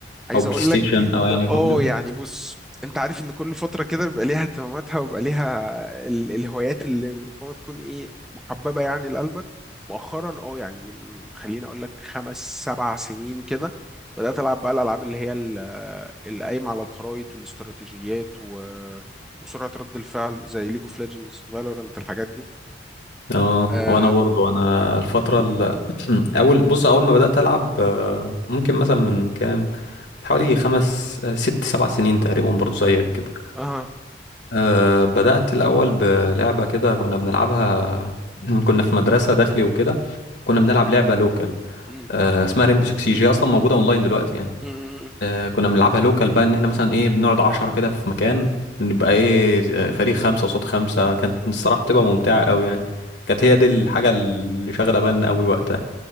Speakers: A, in the centre; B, on the left (about 75°).
A: عايز
B: او بلاي
A: اقول
B: ستيشن
A: لك ان
B: او يعني
A: اه
B: يكون كده
A: يعني بص انت عارف ان كل فتره كده بيبقى ليها اهتماماتها وبيبقى ليها ال- الهوايات اللي ربما تكون ايه محببه يعني لقلبك مؤخرا اه يعني من خليني اقول لك خمس سبع سنين كده بدات العب بقى الالعاب اللي هي ال- اللي قايمه على الخرايط والاستراتيجيات و... وسرعه رد الفعل زي ليج اوف ليجندز فالورانت الحاجات دي
B: اه
A: اه
B: وانا برضو انا الفتره ال... <clears throat> اول بص اول ما بدات العب آه، ممكن مثلا من كام حوالي خمس آه، ست سبع سنين تقريبا برضو زيك كده
A: اه آه.
B: أه بدأت الأول بلعبة كده كنا بنلعبها <clears throat> كنا في مدرسة داخلي وكده كنا بنلعب لعبة لوكال
A: مم.
B: آه، اسمها ريمبو 6 جي اصلا موجوده اونلاين دلوقتي يعني
A: مم.
B: آه، كنا بنلعبها لوكال بقى ان احنا مثلا ايه بنقعد 10 كده في مكان نبقى ايه آه، فريق خمسة قصاد خمسة كانت الصراحة بتبقى ممتعة قوي يعني كانت هي دي الحاجة اللي شاغلة بالنا قوي وقتها